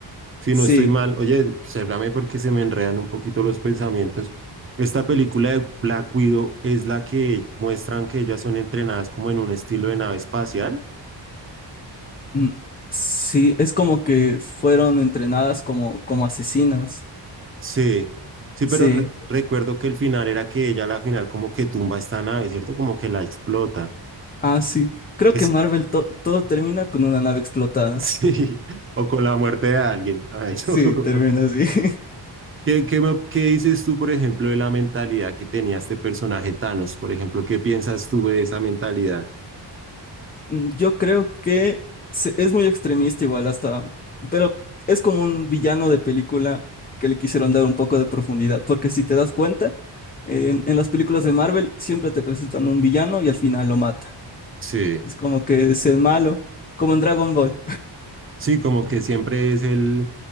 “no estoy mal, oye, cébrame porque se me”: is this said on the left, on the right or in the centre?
Right